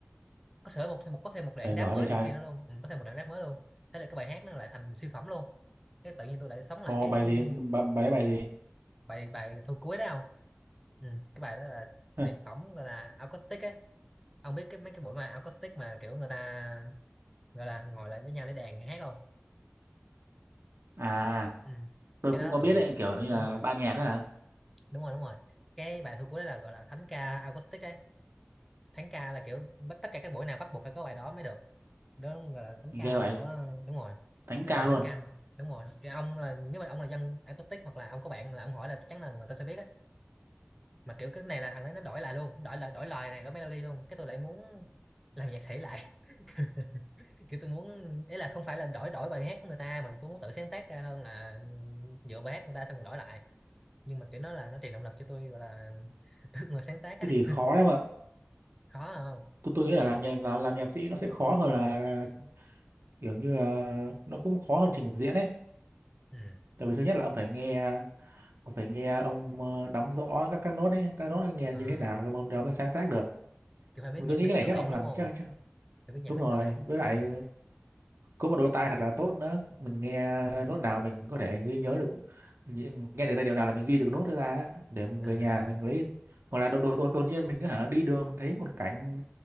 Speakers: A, in the centre; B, on the right (about 80°).
A: có sửa một thêm một có thêm một đoạn
B: trời giỏi
A: rap mới
B: vậy trời
A: này kia nữa luôn ừ, có thêm một đoạn rap mới luôn thế là cái bài hát nó lại thành siêu phẩm luôn cái tự nhiên tôi lại sống lại
B: ồ
A: cái
B: bài gì bài, bài đấy bài gì
A: bài bài thu cuối đó không ừ, cái bài đó là
B: <laughs>
A: tuyệt phẩm gọi là acoustic ấy ông biết cái mấy cái buổi mà acoustic mà kiểu người ta gọi là ngồi lại với nhau để đàn hát không
B: à
A: ừ.
B: tôi
A: cái
B: cũng
A: đó
B: có
A: ừ
B: biết đấy kiểu như là
A: đúng rồi
B: ban nhạc á hả
A: đúng rồi đúng rồi cái bài thu cuối đấy là gọi là thánh ca acoustic đấy thánh ca là kiểu bất- tất cả các buổi nào bắt buộc phải có bài đó mới được đó gọi là thánh
B: ghê
A: ca
B: vậy
A: của đúng rồi
B: thánh
A: nó
B: ca
A: gọi là
B: luôn
A: thánh ca mà đúng rồi cái ông là nếu mà ông là dân acoustic hoặc là ông có bạn là ông hỏi là chắc chắn là người ta sẽ biết á mà kiểu cái này là thằng đấy nó đổi lại luôn đổi lại đổi lời này đổi melody luôn cái tôi lại muốn làm nhạc sĩ lại <laughs> kiểu tôi muốn ý là không phải là đổi đổi bài hát của người ta mà tôi muốn tự sáng tác ra hơn là dựa bài hát người ta xong rồi đổi lại nhưng mà kiểu nó là nó truyền động lực cho tôi gọi là <laughs> ước mơ sáng tác á
B: thế thì khó đấy mà
A: khó không
B: tôi tôi nghĩ là làm nhạc làm, làm nhạc sĩ nó sẽ khó hơn là, là kiểu như là nó cũng khó hơn trình diễn ấy
A: ừ.
B: tại vì thứ nhất là ông phải nghe ông phải nghe ông ờ, nắm rõ các các nốt ấy các nốt ấy nghe
A: à,
B: như thế nào rồi ông, rồi ông mới sáng tác được
A: kiểu phải biết
B: Mà
A: nhạc
B: tôi nghĩ
A: lý
B: cái này
A: cơ
B: chắc
A: bản
B: ông làm
A: đúng không
B: chắc, chắc
A: phải biết nhạc
B: đúng
A: lý
B: rồi
A: cơ bản
B: với lại
A: ừ.
B: có một đôi tai thật là tốt nữa mình nghe
A: Ừ.
B: nốt nào mình có thể ghi nhớ được nghe được giai điệu nào là mình ghi được nốt đó ra để mình
A: à
B: về nhà mình lấy hoặc là đột đột đột, đột nhiên mình cứ hả đi đường mình thấy một cảnh